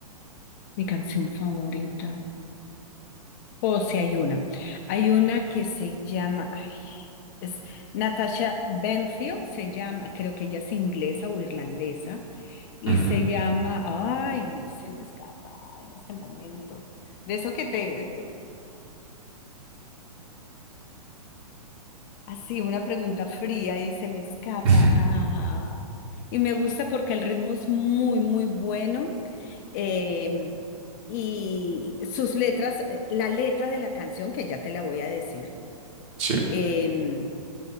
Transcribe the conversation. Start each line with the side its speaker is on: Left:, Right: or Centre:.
Left: Mi canción favorita. O si hay una. Hay una que se llama, ay, es Natasha Bedingfield, se llama, creo que ella es inglesa o irlandesa, y
Right: Ujú.
Left: se llama, ay, se me escapa en este momento. De eso que te, eh, Así, una pregunta fría y se me escapa.
Right: <laughs>
Left: Ah, y me gusta porque el ritmo es muy, muy bueno. eh, y sus letras, eh, la letra de la canción, que ya te la voy a decir,
Right: Sí.
Left: eh,